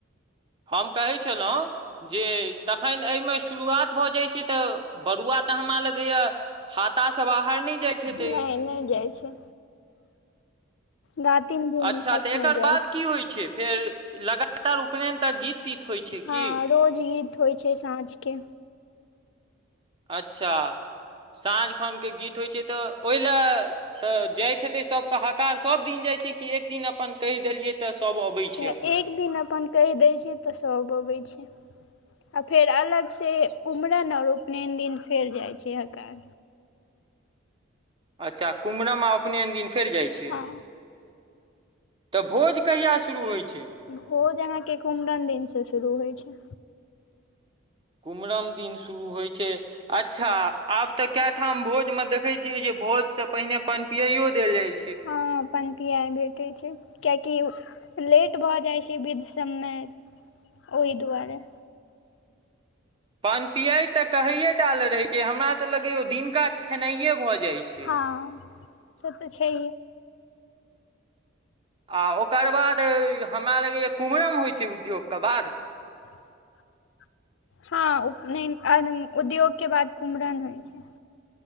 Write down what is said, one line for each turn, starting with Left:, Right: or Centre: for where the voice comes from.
Right: हम कहैत छलहुँ जे तखन एहि में शुरुआत भऽ जाय छै तऽ बरुआ तऽ हमरा लगैये हाता स बा हर नहि जाइत
Left: नहि
Right: हेतै।
Left: नहि जाइ छै रातिम दिन
Right: अच्छा
Left: तक
Right: तऽ एकर
Left: नहि जाइ
Right: बाद
Left: छै
Right: की होइत छै? फेर लगातार उपनयन तक गीत तीत होइ छै
Left: हँ
Right: की?
Left: रोज गीत होइ छै साँझ के।
Right: अच्छा साँझ खन के गीत होइ छै तऽ ओहि ले तऽ जाइत हेते सब के हकार सब दिन जाइ छै कि एक दिन अपन कहि देलियै तऽ सभ अबै
Left: तऽ
Right: छै अपने
Left: एक दिन अपन कहि दैत छै तऽ सब अबैत छै। आ फेर अलग से कुमरन आऔर उपनयन दिन फेर जाइ छै हकार।
Right: अच्छा कुम्हरम उपनयन दिन फेर जाइत छै।
Left: हँ
Right: तऽ भोज कहिया शुरू होइत छै?
Left: भोज अहाँके कुमरम दिनसँ शुरू होइ छै।
Right: कुम्हरम दिन शुरू होइत छै अच्छा आब तऽ कए ठाम भोजमे देखैत छियै जे भोज स पहिने पनपियाइयो देल जाइ छै।
Left: हँ पन पियाइ भेटे छै कियेकि लेट भऽ जाइ छै विध सबमे ओहि दुआरे।
Right: पनपियैइ कहैए टाले रहैत छै हमरा तऽ लगैये ओ दिनका खेनाइए भऽ जाइ जाइ छै।
Left: हँ से तऽ छै।
Right: आ ओकर बाद हमरा लगैए कुम्हरम होइ छै उद्योगक बाद
Left: <unintelligible> हँ उपनैन उद्योग के बाद कुमरन होइ छै।